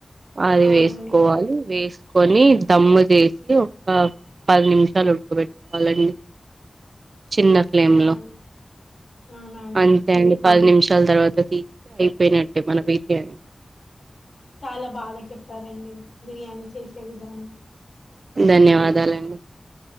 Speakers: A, on the right; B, on the left.
A: అది
B: అవునండి
A: వేసుకోవాలి వేస్ కొని దమ్ము చేసి ఒక పది నిమిషాలు ఉడకబెట్టుకోవాలండి. చిన్న ఫ్లేమ్
B: అవునండి
A: లో
B: అవునండి
A: అంతే అండి పది నిమిషాలు షాల తర్వాత తీస్తే అయిపోయినట్టే మన బిర్యానీ
B: చాలా బాగా చెప్ ప్తారండి బిర్యానీ చేసి చెప్పే విధానం
A: ధన్యవాదాలండి